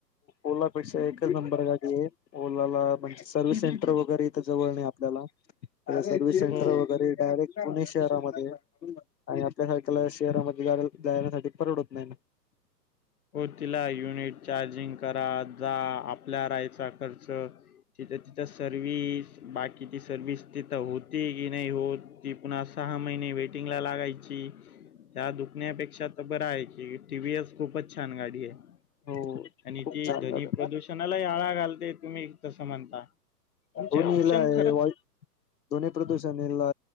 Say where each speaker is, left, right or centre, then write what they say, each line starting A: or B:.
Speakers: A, on the left; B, on the left.
A: ओला पेक्षा एकच नंबर गाडी आहे. ओलाला म्हणजे सर्वि्हस सेंटर वगैरे इथं जवळ नाही आपल्याला. सर्विस सेंटर
B: हो
A: वगैरे डायरेक्ट पुणे शहरामध्ये आणि आपल्यासारख्याला शहरामध्ये जा जाण्यासाठी परवडत नाही ना.
B: हो तिला युनिट चार्जिंग करा जा आपल्या राहायचा खर्च तिथे तिथं सर्विस बाकीची सर्विस तिथं होती की नाही होत. ती पुन्हा सहा महिने वेटिंगला लागायची. त्या दुखण्यापेक्षा तर बरं आहे की टी व्हीएस खूपच छान गाडी आहे.
A: हो
B: आणि
A: खूप
B: ती
A: छान
B: ध्वनी
A: गाड
B: प्रदूषणालाही आळा घालते तुम्ही तसं म्हणता. तुमचे
A: दोन्हीला
B: ऑप्शन
A: आहे
B: खरंच
A: वाय ध्वनी प्रदूषणाला